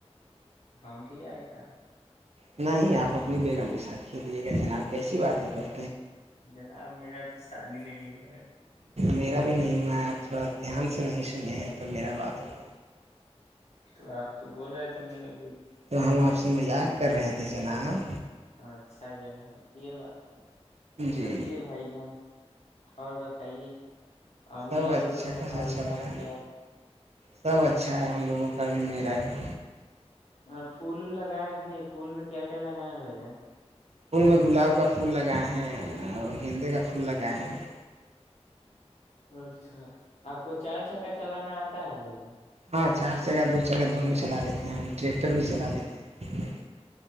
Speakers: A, on the left (about 75°); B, on the right (about 70°).
A: ہم بھی آئے کر
B: نہیں ہی آپ اپنی بیگم کے ساتھ کھیل لیے گا جناب کیسی بات ہے کر
A: جناب میرا ا شادی نہیں ہوا ہے
B: میرا بھی نہیں ہوا ہے آپ تھوڑا دھیان سے نہیں سنے ہیں تو میرا بات ہوگ
A: تو آپ تو بول رہے تھے میں اب
B: تو ہم آپ سے مذاق کر رہے تھے ج جناب
A: اچھا جناب یہ بات ہے
B: جی
A: چلیے بھائی جان اور بتائیے امی
B: سب
A: ابو
B: اچھا
A: لوگ کا
B: کیسا
A: حال
B: چل
A: چال
B: رہا ہے
A: کیا
B: سب اچھا ہے ان لوگوں کو کابھی میرا بھی
A: اور پھول ول لگائےیں کہ نہیں پھول میں کیا کیا لگائے ہیں بھائی ج
B: پھول میں گلاب کا پھول لگائے ہیں اور گیندے کا پھول لگائے ہیں
A: اچھا آپ کو چار چکا چلانا آتا ہے بھائی ج
B: ہاں چار چگہ دو چگہ دونوں چلا لیتے ہیں ٹریکٹر بھی چلا لیتے ہیں